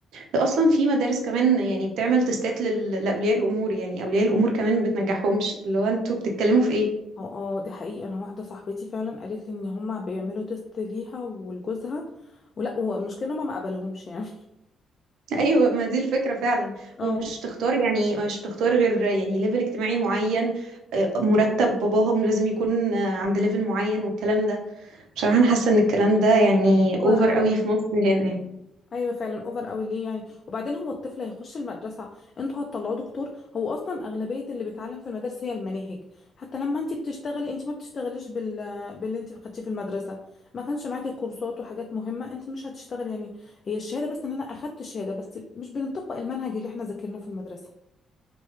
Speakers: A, on the right; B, on the left.
A: ده أصلا في مدارس كمان يعني بتعمل تستات لل- لأولياء الأمور يعني أولياء الأمور كمان ما بتنجحهمش اللي هو انتوا بتتكلموا في إيه؟
B: اه اه دي حقيقة أنا واحدة صاحبتي فعلا قالت لي إن هما بيعملوا تيست ليها ولجوزها ولا والمشكلة ما مقبلهمش يعني
A: <laughs> ايوه ما دي الفكره فعلا
B: اه
A: ومش تختار يعني مش تختار غير يعني ليفل اجتماعي معين آه، مرتب باباهم لازم يكون آه، عند ليفل معين والكلام ده بصراحه انا حاسه ان الكلام ده يعني
B: كبر
A: اوفر
B: قوي
A: قوي في مصر هنا يعني
B: ايوه فعلا اوفر قوي ليه يعني وبعدين هو الطفل هيخش المدرسه انتوا هتطلعوه دكتور هو اصلا اغلبيه اللي بيتعلم في المدارس هي المناهج حتى لما انت بتشتغلي انت ما بتشتغليش بال... باللي انت خدتيه في المدرسه ما كانش معاكي كورسات وحاجات مهمه انت مش هتشتغلي يعني هي الشهاده بس ان انا اخدت شهاده بس مش بنطبق المنهج اللي احنا ذاكرناه في المدرسه